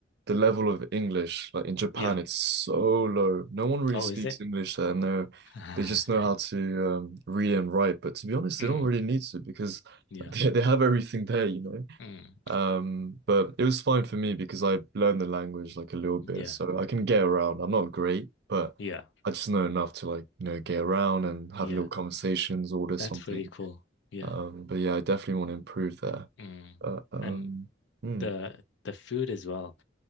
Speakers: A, on the right; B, on the left.
A: the level of English. Like in Japan,
B: Yeah.
A: it's so low. No one really
B: Oh,
A: speaks
B: is it?
A: English there. No,
B: <laughs>
A: they just know
B: Yeah.
A: how to um, read and write. But to be honest,
B: Mm,
A: they don't really need to because
B: yeah.
A: like <laughs> they, they have everything there, you know.
B: Mm,
A: Um, but it was fine for me because I learned the language like a little bit,
B: yeah.
A: so I can get around. I'm not great, but
B: Yeah.
A: I just know enough to like, you know, get around and have
B: Yeah.
A: little conversations, order something.
B: That's pretty cool. Yeah.
A: Um, but yeah, I definitely want to improve there.
B: Mm.
A: But um,
B: And
A: hmm.
B: the the food as well.